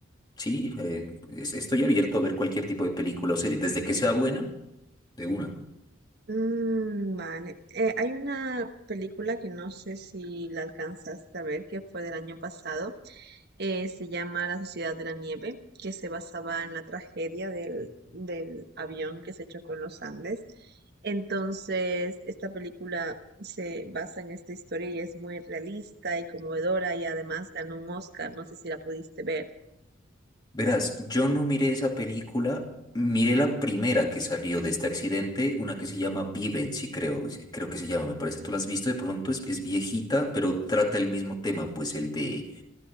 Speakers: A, on the left; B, on the right.
A: Sí, eh, es- estoy abierto a ver cualquier tipo de película o serie, desde que sea buena, de una.
B: Mm, vale. Eh, hay una película que no sé si la alcanzaste a ver, que fue del año pasado, eh, se llama La Sociedad de la Nieve, que se basaba en la tragedia del, del avión que se chocó en los Andes. Entonces, esta película se basa en esta historia y es muy realista y conmovedora y además ganó un Oscar, no sé si la pudiste ver.
A: Verás, yo no miré esa película, miré la primera que salió de este accidente, una que se llama Viven, sí creo, sí, creo que se llama, me parece. Tú la has visto, de pronto es, es viejita, pero trata el mismo tema, pues el de